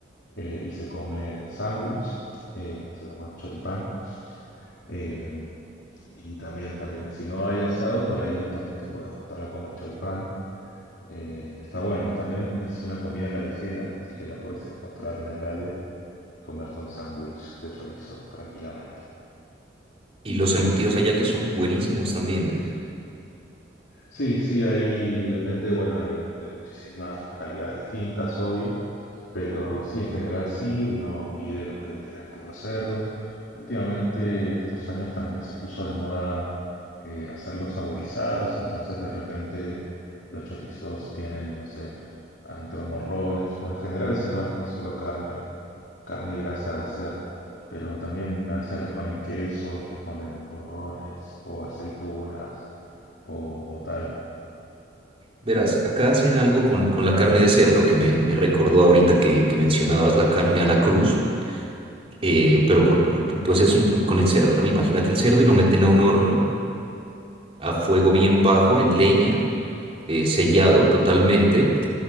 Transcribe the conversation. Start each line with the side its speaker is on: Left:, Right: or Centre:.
Left: eh, y se come en sándwich, eh, se llama choripán. Eh, y también, también, si no hay asado, por ahí también te puedes juntar a comer choripán. eh, y está bueno, también es una comida callejera, así que la puedes encontrar en la calle y comerte un sándwich de chorizo tranquilamente.
Right: Y los embutidos allá que son buenísimos también, pues.
Left: Sí, sí, ahí depende, bueno, hay de muchísimas calidades distintas, obvio, pero sí, en general sí, uno pide los que tienen puro cerdo. Últimamente, estos años también se puso de moda eh, hacerlos saborizados, entonces de repente los chorizos tienen, no sé, adentro morrones, porque en general si no es, es solo carne, carne y grasa de cerdo, pero también a veces le ponen quesos, le ponen morrones o aceitunas o o tal.
Right: Verás, acá hacen algo con, con la carne de cerdo que me, me recordó ahorita que, que mencionabas la carne a la cruz, eh, pero con, pues es un- con el cerdo, ¿no? Imagínate el cerdo y lo meten a un horno a fuego bien bajo, en leña, eh, sellado totalmente,